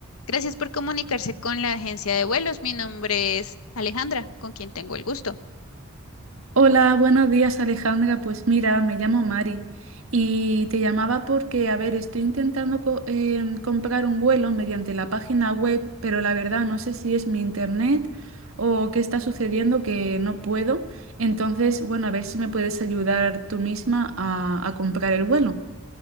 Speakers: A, on the left; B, on the right.
A: Gracias por comunicarse con la agencia de vuelos. Mi nombre es Alejandra, con quien tengo el gusto.
B: Hola, buenos días Alejandra. Pues mira, me llamo Mari y te llamaba porque, a ver, estoy intentando co- em, comprar un vuelo mediante la página web, pero la verdad no sé si es mi internet o qué está sucediendo que no puedo. Entonces, bueno, a ver si me puedes ayudar tú misma a, a comprar el vuelo.